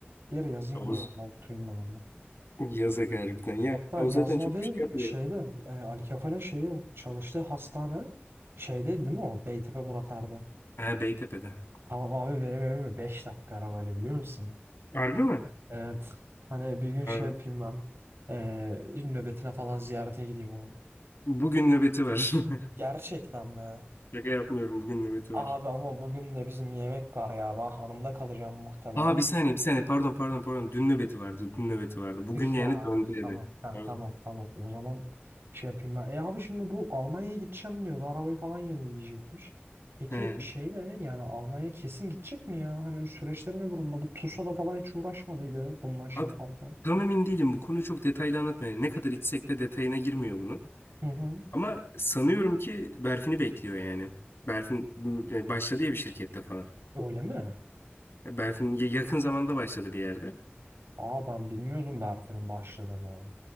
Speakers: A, on the right (about 75°); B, on the left (about 70°).
A: Bir yere yazayım
B: Yavuz.
A: da ona oturayım ben onunla.
B: Yasak harbiden. Ya
A: Hatta
B: o
A: yazma
B: zaten çok
A: değil
B: bir şey yapmıyor.
A: şeyde e, Ali Kefal'in şeyi çalıştığı hastane şeyde değil mi o? Beytepe Murat Er'de.
B: Ha, Beytepe'de.
A: Tamam abi benim evime 5 dakika arabayla biliyor musun?
B: Harbi mi?
A: Evet. Hani bir gün şey
B: Ha,
A: yapayım ben. E, nöbetine falan ziyarete gideyim onun.
B: Bugün nöbeti var. <laughs>
A: Gerçekten mi?
B: Şaka yapmıyorum. Bugün nöbeti
A: Abi
B: var.
A: ama bugün de bizim yemek var ya. Ben hanımda kalacağım muhtemelen.
B: Aa bir saniye bir saniye. Pardon pardon pardon. Dün nöbeti vardı. Dün nöbeti vardı. Bugün
A: Tüh
B: yani
A: ya.
B: döndü eve.
A: Tamam. Ha,
B: Pardon.
A: tamam tamam. O zaman şey yapayım ben. E abi şimdi bu Almanya'ya gideceğim diyordu. Arabayı falan yenileyecekmiş. Peki
B: He.
A: şey ne? Yani Almanya'ya kesin gidecek mi ya? Hani süreçleri ne durumda? Bu TUSA'da falan hiç uğraşmadıydı bununla şey
B: Abi
A: yaparken.
B: tam emin değilim. Bu konuyu çok detaylı anlatmıyor. Yani ne kadar içsek de detayına girmiyor bunun.
A: Hı hı.
B: Ama sanıyorum ki Berfin'i bekliyor yani. Berfin e, başladı ya bir şirkette falan.
A: Öyle mi?
B: E, Berfin ya- yakın zamanda başladı bir yerde.
A: Aa ben bilmiyordum Berfin'in başladığını.